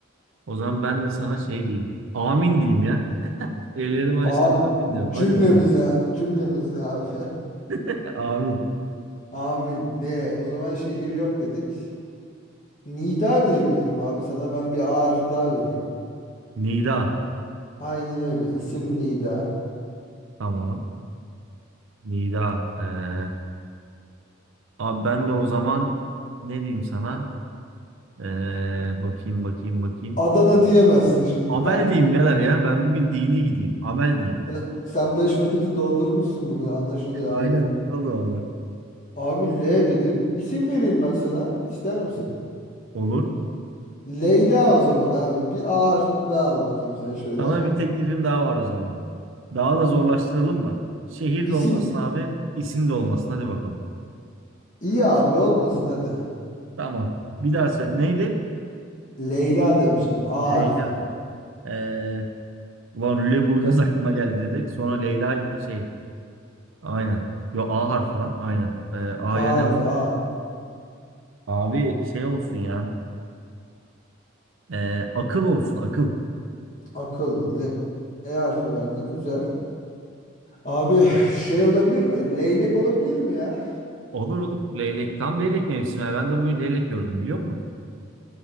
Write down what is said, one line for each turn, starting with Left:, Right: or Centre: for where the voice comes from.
Right: O zaman ben de sana şey diyeyim. Amin diyeyim ya. Ellerimi açtım
Left: A
Right: amin diyorum.
Left: cümlemize
Right: Hadi bakalım.
Left: cümlemize abi.
Right: <laughs> Amin.
Left: <laughs> Amin. Ne? O zaman şehir yok dedik. Nida diyebilirim abi sana. Ben bir A harfi daha vereyim.
Right: Nida.
Left: Aynen öyle. İsim Nida.
Right: Tamam. Nida. E, abi ben de o zaman ne diyeyim sana? Ee, bakayım bakayım bakayım.
Left: Adana diyemezsin şimdi
Right: Amel
Left: tak
Right: diyeyim
Left: diye.
Right: neler ya. Ben bugün dini gideyim. Amel diyeyim.
Left: Sen, sen beş vakiti doldurmuşsun bugün anlaşılıyor
Right: Aynen
Left: abi.
Right: öyle oldu valla.
Left: Abi L dedin. İsim vereyim ben sana. İster misin?
Right: Olur.
Left: Leyla o zaman abi. Bir A harfini daha al bakayım sen şöyle.
Right: Sana
Left: <laughs>
Right: bir teklifim daha var o zaman. Daha da zorlaştıralım mı? Şehir
Left: İsim
Right: de olmasın abi, isim de olmasın. Hadi bakalım.
Left: iyi abi olmasın hadi.
Right: Tamam. Bir daha söyle. Neydi?
Left: Leyla demiştim. A
Right: Leyla.
Left: harfi.
Right: Ee, ulan Lüleburgaz aklıma geldi dedik. Sonra Leyla şey. Aynen. Yo A harfi lan. Aynen. Ee, A'ya
Left: A harfi.
Right: ne var?
Left: A.
Right: Abi şey olsun ya. Ee, akıl olsun akıl.
Left: Akıl. L, L harfi verdi. Güzel. Abi <sighs> şey olabilir mi? Leylek olabilir mi ya?
Right: Olur olur. Leylek. Tam leylek mevsimi. Ben de bugün leylek gördüm biliyor musun?